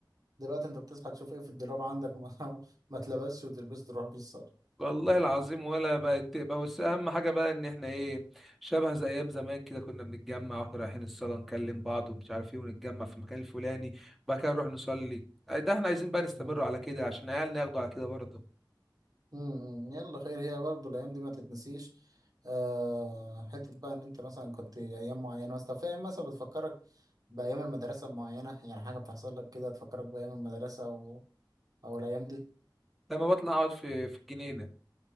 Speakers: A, on the right; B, in the centre.
A: دلوقتي انت بتصحى تشوف ايه في الدولاب عندك ما, <laughs> ما تلبسش وتلبس تروح بيه الصالة
B: والله العظيم ولا بقت بقى بس أهم حاجة بقى إن إحنا إيه شبه زي أيام زمان كده كنا بنتجمع وإحنا رايحين الصلاة نكلم بعض ومش عارف إيه ونتجمع في المكان الفلاني وبعد كده نروح نصلي ده إحنا عايزين بقى نستمر
A: مم.
B: على كده عشان عيالنا ياخدوا على كده برضه
A: <laughs> مم. يلا خير هي برضه الايام دي ما تتنسيش آه حته بقى ان انت مثلا كنت ايام معينه بس فاهم مثلا بتفكرك بايام المدرسه معينه يعني حاجه بتحصل لك كده تفكرك بايام المدرسه او او الايام دي
B: لما بطلع أقعد في في الجنينة